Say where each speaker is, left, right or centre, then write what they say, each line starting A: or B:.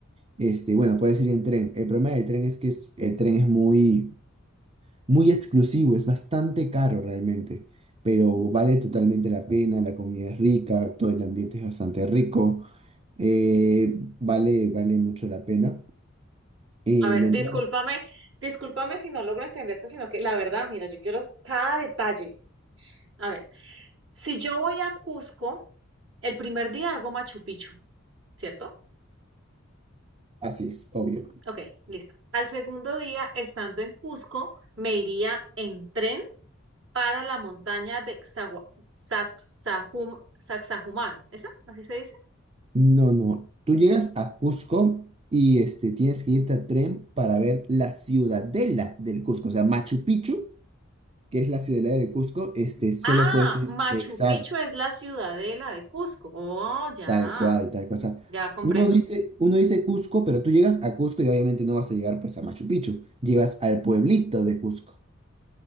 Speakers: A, on the right; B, on the right.
A: Este, bueno, puedes ir en tren. El problema del tren es que es- el tren es muy, muy exclusivo, es bastante caro realmente, pero vale totalmente la pena, la comida es rica, todo el ambiente es bastante rico. Eh, vale, vale mucho la pena. Y
B: A ver,
A: la entrada,
B: discúlpame, discúlpame si no logro entenderte, sino que la verdad, mira, yo quiero cada detalle. A ver, si yo voy a Cusco, el primer día hago Machu Picchu, ¿cierto?
A: así es, obvio.
B: Ok, listo. Al segundo día, estando en Cusco, me iría en tren para la montaña de Xagua- Sacsajum- Sacsayhuamán. ¿Esa? ¿Así se dice?
A: No, no. Tú llegas a Cusco y este, tienes que irte a tren para ver la ciudadela del Cusco. O sea, Machu Picchu, que es la ciudadela del Cusco, este, solo
B: Ah,
A: puedes ir
B: Machu
A: exacto,
B: Picchu es la ciudadela de Cusco. Oh, ya,
A: tal cual, tal cual. O sea,
B: ya comprendo.
A: uno dice, uno dice Cusco, pero tú llegas a Cusco y obviamente no vas a llegar pues a Machu Picchu. Llegas al pueblito de Cusco.